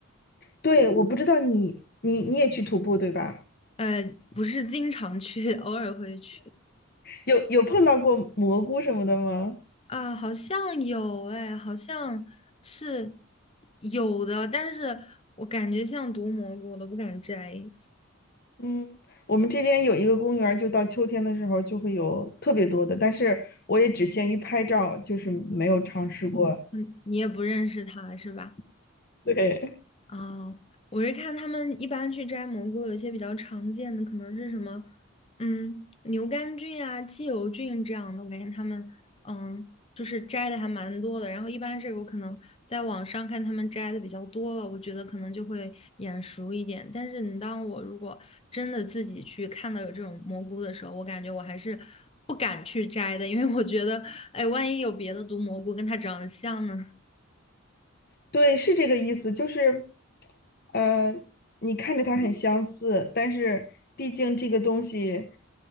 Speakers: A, on the left; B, on the left.
A: 对，我不知道你你你也去徒步对吧？
B: 呃，不是经常去，<laughs> 偶尔会去。
A: 有有碰到过蘑菇什么的吗？
B: 啊，好像有哎，好像是有的，但是我感觉像毒蘑菇，我都不敢摘。
A: 嗯，我们这边有一个公园儿就到秋天的时候就会有特别多的，但是我也只限于拍照，就是没有尝试过。
B: 嗯，你也不认识它是吧？
A: 对，
B: 啊，我是看他们一般去摘蘑菇，有一些比较常见的可能是什么，嗯，牛肝菌啊、鸡油菌这样的，我感觉他们嗯，就是摘的还蛮多的。然后一般这个我可能在网上看他们摘的比较多了，我觉得可能就会眼熟一点。但是你当我如果真的自己去看到有这种蘑菇的时候，我感觉我还是不敢去摘的，因为我觉得，哎，万一有别的毒蘑菇跟它长得像呢？
A: 对，是这个意思，就是，呃，你看着它很相似，但是毕竟这个东西，